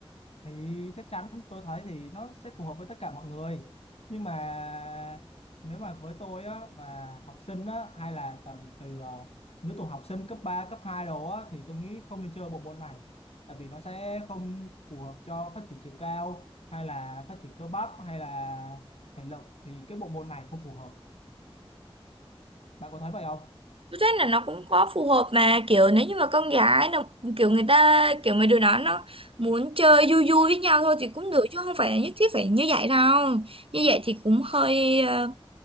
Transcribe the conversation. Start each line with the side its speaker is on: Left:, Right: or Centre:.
Left: thì chắc chắn tôi thấy thì nó sẽ phù hợp với tất cả mọi người nhưng mà nếu mà với tôi á và học sinh á hay là tầm từ ờ, lứa tuổi học sinh cấp ba cấp 2 đó á, thì tôi nghĩ không nên chơi bộ môn này tại vì nó sẽ không phù hợp cho phát triển chiều cao hay là phát triển cơ bắp hay là thể lực thì cái bộ môn này không phù hợp bạn có thấy vậy không
Right: Tôi thấy là nó cũng có phù hợp mà kiểu nếu như mà con gái nó kiểu người ta kiểu mấy đứa đó nó muốn chơi vui vui với nhau thôi thì cũng được chứ không phải nhất thiết phải như vậy đâu như vậy thì cũng hơi ờ,